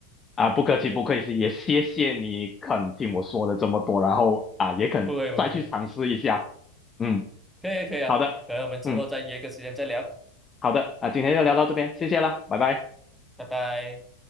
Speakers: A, on the left (about 20°); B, in the centre.
A: 啊，不客气，不客气，也谢谢你肯听我说了这么多，然后啊，也肯再去尝试一下。
B: 不会不会，
A: 嗯，
B: 可以可以啊，
A: 好的，
B: 可能我们之后再约个时间再聊，
A: 嗯，好的，啊，今天就聊到这边，谢谢啦，拜拜。
B: 拜拜。